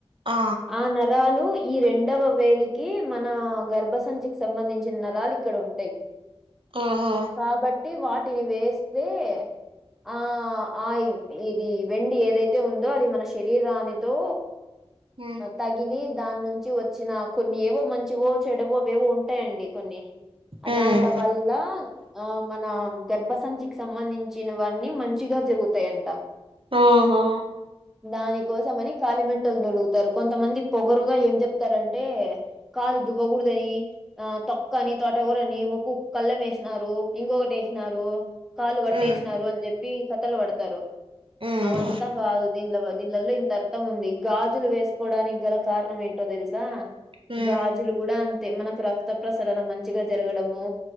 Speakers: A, on the right; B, in the centre.
A: ఆ
B: ఆ నరాలు ఈ రెండోవ వేలికి మన గర్భసంచికి సంబంధించిన నరాలు ఇక్కడ ఉంటాయి.
A: ఆహా
B: కాబట్టి వాటిని వేస్తే ఆ ఆ ఇది వెండి ఏదైతే ఉందో అది మన శరీరాన్ని దో
A: మ్
B: తగిలి దాని నుంచి వచ్చిన కొన్ని ఏవో మంచివో చెడవో అవేవో ఉంటాయండి కొన్ని
A: హ్మ్
B: దాని వల్ల ఆ మన గర్భసంచికి సంబంధించినవన్నీ మంచిగా జరుగుతాయంట
A: ఆహా
B: దాని కోసమని కాలి మెట్టేలు తొడుకుతారు కొంతమంది పొగరుగా ఏం చెప్తారంటే కాలు దురదపుడతాది ఆ తొక్కని తోట కూరని ముక్కు కళ్ళెం వేసినారు ఇంకొకటి వేసినారు కాలు కట్టేసినారు
A: హ్మ్
B: అని చెప్పి కథలు పడతారు.
A: హ్మ్
B: అవంతా కాదు దీన్లవో దీన్లల్లో ఇంటారు త ఉంది గాజులు వేసుకోడానికి గల కారణం ఏంటో తెలుసా
A: హ్మ్
B: గా జులు కూడా అంతే మనకు రక్త ప్రసరణ మంచిగా జరగడము